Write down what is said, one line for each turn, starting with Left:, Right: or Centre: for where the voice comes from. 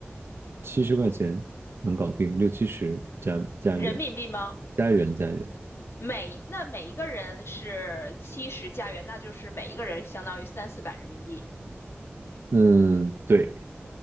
Right: 七十块钱能搞定，六七十加加元，
Left: 人民币吗？
Right: 加元加元。
Left: 每那每一个人是七十加元，那就是每一个人相当于三四百人民币。
Right: 嗯，对